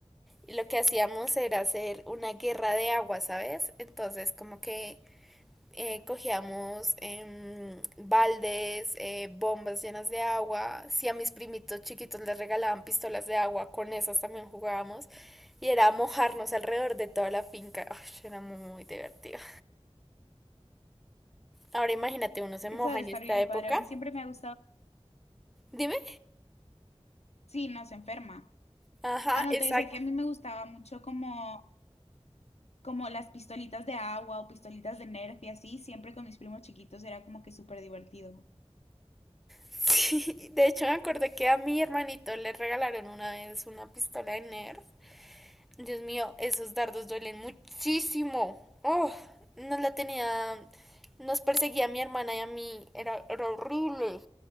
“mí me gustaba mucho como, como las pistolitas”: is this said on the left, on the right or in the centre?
Left